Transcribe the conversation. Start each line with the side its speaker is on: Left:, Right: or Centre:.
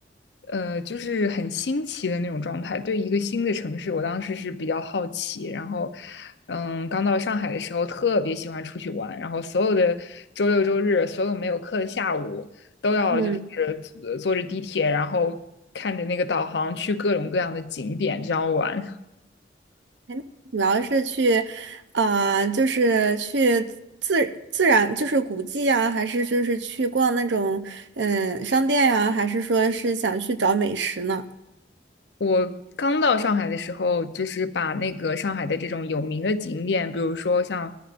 Left: 呃，就是很新奇的那种状态。对一个新的城市，我当时是比较好奇。然后，嗯，刚到上海的时候，特别喜欢出去玩，然后所有的周六周日，所有没有课的下午。都要就是呃坐着地铁，
Right: 嗯，
Left: 然后看着那个导航去各种各样的景点这样玩。
Right: 哎那主要是去，啊、就是去自自然就是古迹呀、还是就是去逛那种嗯商店呀、还是说是想去找美食呢？
Left: 我刚到上海的时候，就是把那个上海的这种有名的景点，比如说像